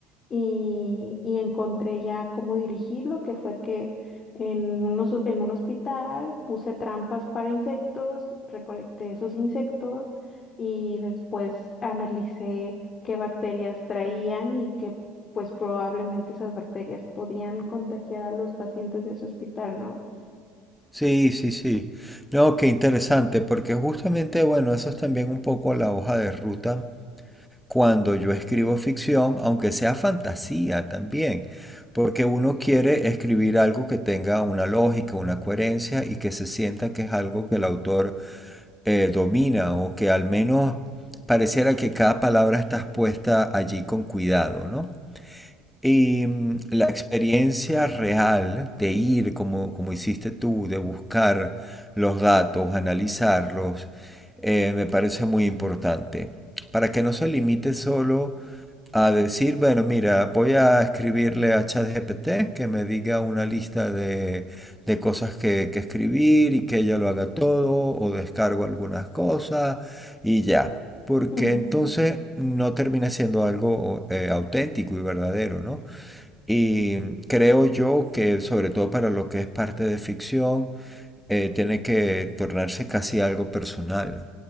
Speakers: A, on the left; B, in the centre.
A: Y, y encontré ya cómo dirigirlo, que fue que en unos, ho- en un hospital puse trampas para insectos, recolecté esos insectos y después analicé qué bacterias traían y que pues probablemente esas bacterias podían contagiar a los pacientes de ese hospital, ¿no?
B: Sí, sí, sí. No, qué interesante, porque justamente, bueno, eso es también un poco la hoja de ruta cuando yo escribo ficción, aunque sea fantasía también, porque uno quiere escribir algo que tenga una lógica, una coherencia y que se sienta que es algo que el autor eh, domina o que al menos pareciera que cada palabra está puesta allí con cuidado, ¿no? Y mm, la experiencia real de ir, como, como hiciste tú, de buscar los datos, analizarlos, eh, me parece muy importante. Para que no se limite solo a decir, bueno, mira, voy a escribirle a ChatGPT que me diga una lista de, de cosas que, que escribir y que ella lo haga todo, o descargo algunas cosas, y ya. Porque
A: <laughs>
B: entonces no termina siendo algo eh, auténtico y verdadero, ¿no? Y creo yo que sobre todo para lo que es parte de ficción, eh, tiene que tornarse casi algo personal.